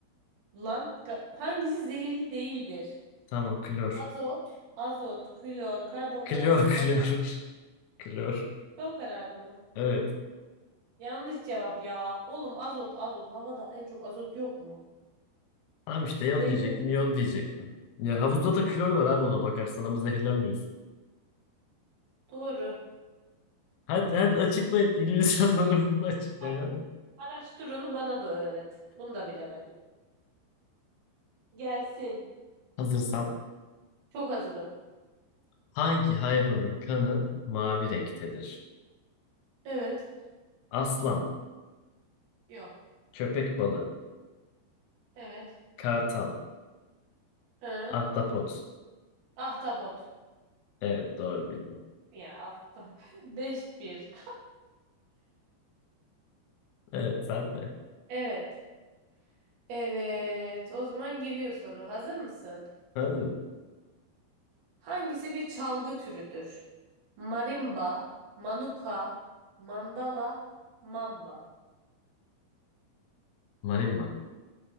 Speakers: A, on the right; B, on the left.
A: Lan ka- hangisi zehirli değildir?
B: Tamam, klor.
A: Azot, azot, klor, karbonmonoksit,
B: Klor, <laughs>
A: metan.
B: klor. Klor.
A: Son karar mı?
B: Evet.
A: Yanlış cevap ya. Oğlum azot, azot. Havada en çok azot yok mu?
B: Tamam işte Yol
A: Zehirli.
B: diyecektim, Yol diyecektim. Ya havuzda da klor var abi ona bakarsan ama zehirlenmiyorsun.
A: Doğru.
B: Hadi hadi açıklayın. Bilim insanları bunu da açıklayın
A: Bak,
B: hadi.
A: araştır onu bana da öğret. Bunu da bilemedim. Gelsin.
B: Hazırsan.
A: Çok hazırım.
B: Hangi hayvanın kanı mavi renktedir?
A: Evet.
B: Aslan,
A: Yok.
B: köpek balığı,
A: Evet.
B: Kartal.
A: Hı.
B: Ahtapot.
A: Ahtapot.
B: Evet doğru bildin,
A: Ya af. <laughs> beş bir.
B: Evet sen de.
A: Evet. Evet. O zaman geliyor soru. Hazır mısın?
B: Hazırım.
A: Hangisi bir çalgı türüdür? Marimba, manuka, mandala, mamba.
B: Marimba.